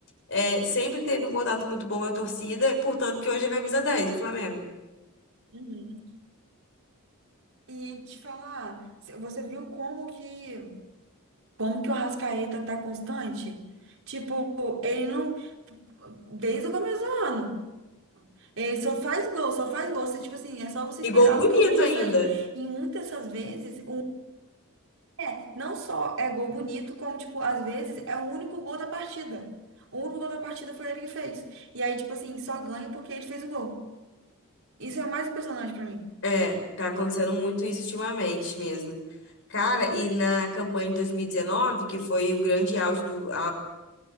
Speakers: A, on the left; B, on the right.
A: é, sempre teve um contato muito bom com a torcida, e, portanto que hoje é camisa dez do Flamengo.
B: uhum. E te falar, se- você viu como que como que o Arrascaeta tá constante? Tipo, ele não desde o começo do ano. Ele só faz gol, só faz gol. Você, tipo assim, é só você
A: E
B: esperar
A: gol bonito
B: porque o gol vai
A: ainda.
B: sair. E muitas dessas vezes, um é, não só é gol bonito, como, tipo, às vezes é o único gol da partida. O único gol da partida foi ele que fez. E aí, tipo assim, só ganha porque ele fez o gol. Isso é o mais impressionante pra mim.
A: É, tá acontecendo muito isso ultimamente mesmo. Cara, e na campanha de 2019, que foi o grande auge do,